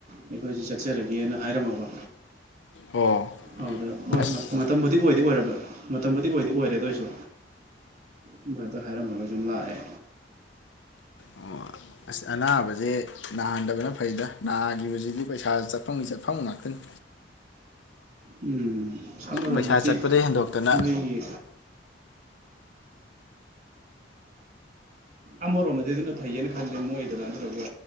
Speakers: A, on the right; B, on the left.
A: ꯑꯩꯈꯣꯏꯁꯤ ꯆꯠꯆꯔꯒꯦꯅ ꯍꯥꯏꯔꯝꯃꯕ
B: ꯑꯣ
A: ꯑꯗꯨꯗ ꯍꯣꯏ
B: ꯑꯁ
A: ꯃꯇꯝꯕꯨꯗꯤ ꯑꯣꯏꯗꯤ ꯑꯣꯏꯔꯕ ꯃꯇꯝꯕꯨꯗꯤ ꯑꯣꯏꯗꯤ ꯑꯣꯏꯔꯦ ꯑꯗꯨꯑꯣꯏꯁꯨ ꯁꯨꯝ ꯑꯗꯨ ꯍꯥꯏꯔꯝꯃꯒ ꯑꯗꯨꯝ ꯂꯥꯛꯑꯦ꯫
B: ꯑꯣ ꯑꯁ ꯑꯅꯥꯕꯖꯦ ꯅꯥꯍꯟꯗꯕꯅ ꯐꯩꯗ ꯅꯥꯒꯤꯕꯖꯤꯗꯤ ꯄꯩꯁꯥ ꯆꯠꯐꯝꯒꯤ ꯆꯠꯐꯝ ꯉꯥꯛꯇꯅꯤ꯫
A: ꯎꯝ꯫ ꯁꯝꯃꯔꯣꯝꯗꯗꯤ
B: ꯄꯩꯁꯥ ꯆꯠꯄꯗꯒꯤ ꯍꯦꯟꯗꯣꯛꯇꯅ
A: ꯃꯣꯏꯒꯤ ꯑꯃꯔꯣꯝꯗꯗꯤ ꯑꯗꯨꯅ ꯐꯩꯌꯦꯅ ꯈꯜꯂꯦ ꯃꯣꯏ ꯑꯗꯨꯃꯥꯏꯅ ꯇꯧꯔꯒ